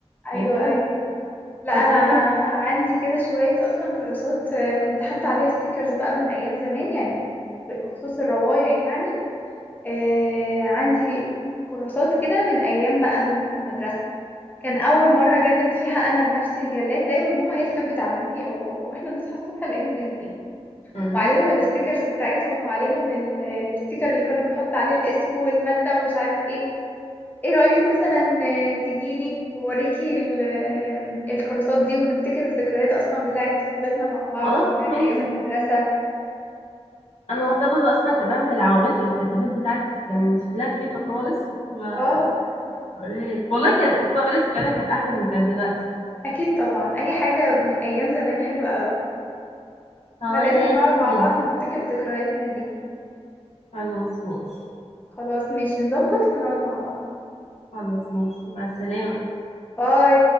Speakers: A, on the left; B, on the left.
A: يعني
B: ايوه
A: خد انفخ
B: ايوه لا
A: كنت
B: انا
A: بحب
B: عندي كده شويه اصلا كراسات آه، كنت حاطه عليها ستيكرز بقى من ايام زمان يعني بخصوص الروايح يعني آه عندي كراسات كده من أيام بقى المدرسة كان أول مرة جلد فيها أنا بنفسي الجلاد دايما ماما هي اللي كانت بتعمله لي أو بابا واحنا بنصحى الصبح نلاقيهم جاهزين
A: مم.
B: وعليهم الستيكرز بتاعتهم وعليهم ال- الستيكر اللي كنا بنحط عليه الاسم والمادة ومش عارف ايه ايه رأيك مثلا آه، تجيلي ووريكي ال- آه، الكراسات دي ونفتكر الذكريات أصلا بتاعت طفولتنا مع بعض
A: خلاص
B: وبتاعت
A: ماشي
B: أيام المدرسة
A: انا محتفظه اصلا كمان بالعوامات والكتافات بتاعتي كان شكلها كيوت خالص وهوريها
B: واو
A: لك والله كان الكواليتي بتاعتها كانت احلى من بتاعت دلوقتي
B: أكيد طبعا أي حاجة من أيام زمان حلوة أوي احنا
A: هوريها
B: لازم نقعد
A: لك
B: مع بعض ونفتكر
A: ماشي؟
B: ذكرياتنا دي
A: خلاص ماشي
B: خلاص ماشي نظبط ونقعد مع بعض
A: خلاص ماشي مع السلامه
B: باي